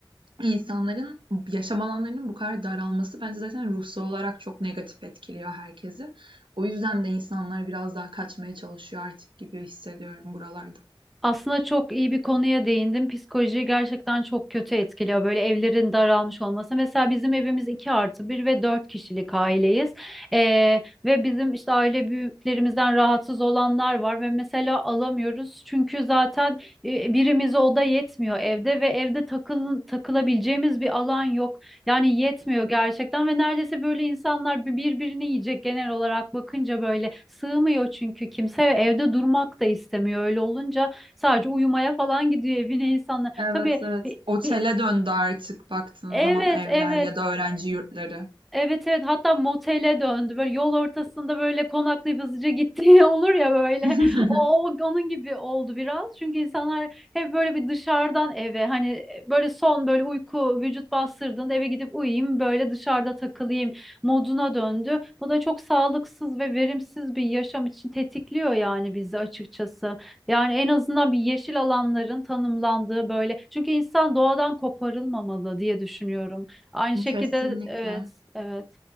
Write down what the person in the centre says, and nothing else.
Aslında çok iyi bir konuya değindim. Psikolojiyi gerçekten çok kötü etkiliyor. Böyle evlerin daralmış olması. Mesela bizim evimiz 2 artı bir ve 4 kişilik aileyiz. Ee, ve bizim işte aile büyüklerimizden rahatsız olanlar var ve mesela alamıyoruz. Çünkü zaten e, birimize oda yetmiyor evde ve evde takıl, takılabileceğimiz bir alan yok. Yani yetmiyor gerçekten ve neredeyse böyle insanlar bir- birbirini yiyecek genel olarak bakınca böyle sığmıyor çünkü kimse ve evde durmak da istemiyor. Öyle olunca Sadece uyumaya falan gidiyor evine insanlar.
Tabii
bir,
bir
evet
evet
Evet evet hatta motele döndü böyle yol ortasında böyle konaklayıp hızlıca gittiği <laughs> olur ya böyle
o o- onun gibi oldu biraz çünkü insanlar hep böyle bir dışarıdan eve hani e, böyle son böyle uyku vücut bastırdığında eve gidip uyuyayım böyle dışarıda takılayım moduna döndü bu da çok sağlıksız ve verimsiz bir yaşam için tetikliyor yani bizi açıkçası yani en azından bir yeşil alanların tanımlandığı böyle çünkü insan doğadan koparılmamalı diye düşünüyorum. Aynı şekilde
evet, evet.